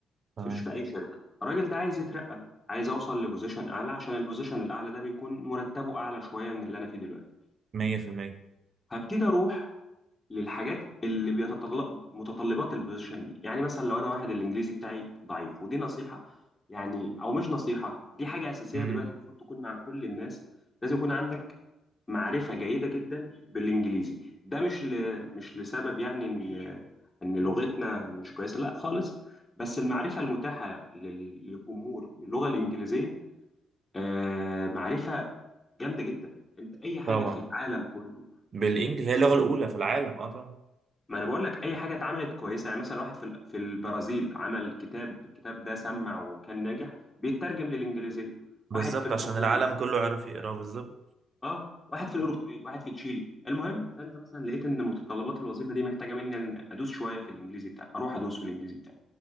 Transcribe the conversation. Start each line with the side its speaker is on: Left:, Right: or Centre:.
Right: تمام
Left: في في اي شركه الراجل ده عايز يترقى عايز اوصل لبوزيشن اعلى عشان البوزيشن الاعلى ده بيكون مرتبه اعلى شويه من اللي انا فيه دلوقتي
Right: 100%
Left: هبتدي اروح للحاجات اللي بيتطلب متطلبات البوزيشن دي يعني مثلا لو انا واحد الانجليزي بتاعي ضعيف ودي نصيحه يعني او مش نصيحه دي حاجه اساسيه
Right: امم
Left: دلوقتي المفروض تكون مع كل الناس لازم يكون عندك معرفه جيده جدا بالانجليزي ده مش ل... مش لسبب يعني ان ان لغتنا مش كويسه لا خالص بس المعرفه المتاحه لل- للجمهور باللغه الانجليزيه آه معرفه جامده جدا انت اي حاجه
Right: طبعا
Left: في العالم كله
Right: بالانجلش هي اللغة الاولى في العالم اه طبعا
Left: ما انا بقول لك اي حاجه اتعملت كويسه يعني مثلا واحد في ال- في البرازيل عمل كتاب الكتاب ده سمع وكان ناجح بيترجم للانجليزيه
Right: بالظبط
Left: واحد في الاوروغواي
Right: عشان العالم كله عارف يقراه بالظبط
Left: اه واحد في الاوروغواي واحد في تشيلي المهم فانت مثلا لقيت ان متطلبات الوظيفه دي محتاجه مني ان ادوس شويه في الانجليزي بتاعي اروح ادوس في الانجليزي بتاعي